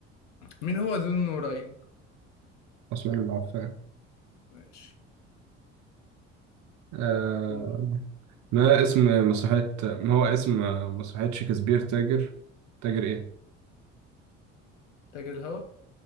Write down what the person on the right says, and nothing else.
عثمان بن عفان
آه،
ما اسم مسرحية ما هو اسم مسرحية شكسبير تاجر تاجر ايه؟